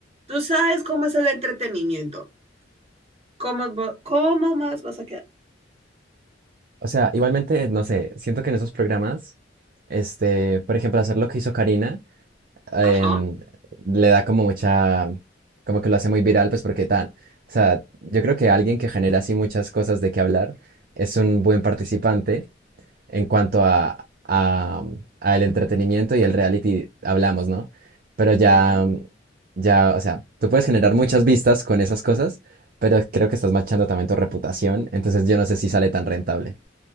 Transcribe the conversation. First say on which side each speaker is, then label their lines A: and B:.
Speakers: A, on the right; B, on the right.
A: Tú sabes cómo es el entretenimiento, cómo, va- cómo más vas a quedar.
B: O sea, igualmente, no sé, siento que en esos programas, este, por ejemplo, hacer lo que hizo Karina. em,
A: Ajá.
B: le da como mucha, como que lo hace muy viral, pues porque tan, o sea, yo creo que alguien que genera así muchas cosas de qué hablar es un buen participante en cuanto a, a, a el entretenimiento y el reality hablamos, ¿no? Pero ya,
A: ujú.
B: ya, o sea, tú puedes generar muchas vistas con esas cosas, pero creo que estás manchando también tu reputación, entonces yo no sé si sale tan rentable.